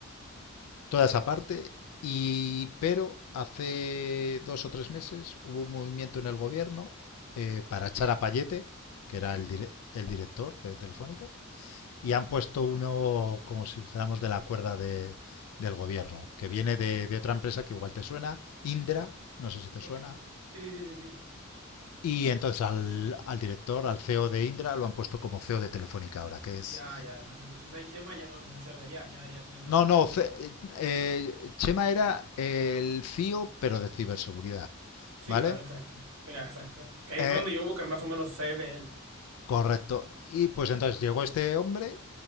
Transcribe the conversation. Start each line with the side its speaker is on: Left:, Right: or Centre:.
Left: toda esa parte, y pero hace dos o tres meses hubo un movimiento en el gobierno eh, para echar a Payete, que era el,
Right: Ok,
Left: dire- el director de Telefónica, y han puesto uno, como si dijéramos, de la cuerda de- del gobierno, que viene de, de otra empresa que igual te suena, Indra, no sé si te suena.
Right: ok. Sí, sí, sí, sí, sí.
Left: Y entonces al, al director, al CEO de Indra, lo han puesto como CEO de Telefónica ahora, que es...
Right: Ya, ya, pues entonces ahí Chema ya no es el CEO de allá, ya, ya entiendo.
Left: No, no, ce- eh, eh, Chema era el CEO, pero de ciberseguridad,
Right: Sí,
Left: ¿vale?
Right: claro, exacto. Ya, exacto. Que ahí
Left: Eh,
Right: fue donde yo como que más o menos sé de él.
Left: correcto. Y pues entonces llegó este hombre